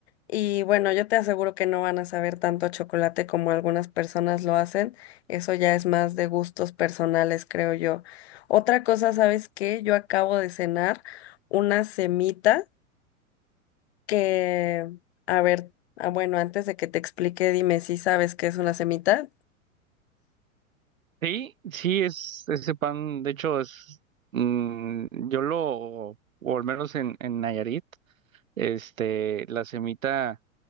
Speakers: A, on the left (about 50°); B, on the right (about 70°).
A: Y bueno, yo te aseguro que no van a saber tanto a chocolate como algunas personas lo hacen. Eso ya es más de gustos personales, creo yo. Otra cosa, ¿sabes qué? Yo acabo de cenar una semita que, a ver, ah, bueno, antes de que te explique, dime si sabes qué es una semita.
B: Sí, sí, es ese pan, de hecho, es, mm, yo lo, o al menos en, en Nayarit, Este, la semita